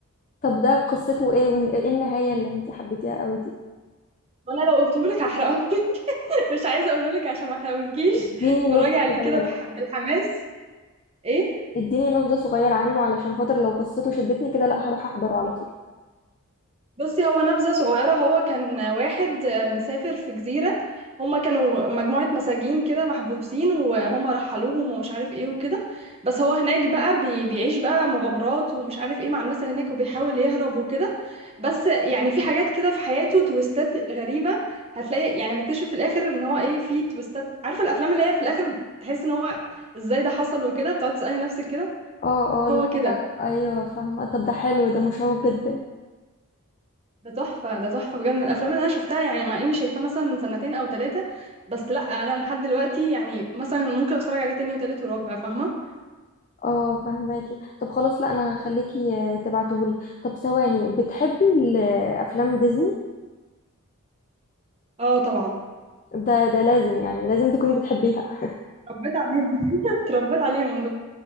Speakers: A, on the left; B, on the right.
A: طب ده قصته ايه وايه النهاية اللي انت حبيتيها قوي دي
B: وأنا لو قلتهولك هحرقهولك <laughs> مش عايزة أقولهولك عشان ما أحرقهولكيش
A: اديني
B: اتفرجي
A: نبذة
B: عليه
A: صغيرة
B: كده بح... بالحماس ايه
A: اديني نبذة صغيرة عنه علشان خاطر لو قصته شدتني كده لا هروح احضره على طول
B: بصي هو نبذة صغيرة هو كان واحد آه، مسافر في جزيرة هما كانوا مجموعة مساجين كده محبوسين وهما رحلوهم ومش عارف ايه وكده بس هو هناك بقى بي بيعيش بقى مغامرات ومش عارف ايه مع الناس اللي هناك وبيحاول يهرب وكده بس يعني في حاجات كده في حياته تويستات غريبة هتلاقي يعني هنكتشف في الآخر ان هو ايه في تويستات عارفة الأفلام اللي هي في الآخر تحس ان هو ازاي ده حصل وكده بتقعد تسألي نفسك كده
A: اه اه
B: هو
A: لا
B: كده
A: ايوه فاهمة طب ده حلو ده مشوق جدا
B: ده تحفة ده تحفة بجد من الأفلام اللي أنا شفتها يعني مع إني شايفاه مثلا من سنتين أو ثلاثة بس لأ أنا لحد دلوقتي يعني مثلا ممكن أتفرج عليه تاني وتالت ورابع فاهمة؟
A: اه فهماكي طب خلاص لا انا هخليكي آه، تبعتهولي طب ثواني بتحبي ال- افلام ديزني
B: اه طبعا
A: ده ده لازم يعني لازم تكوني بتحبيها <laughs>
B: اتربيت عليهم <laughs> اتربيت عليهم دول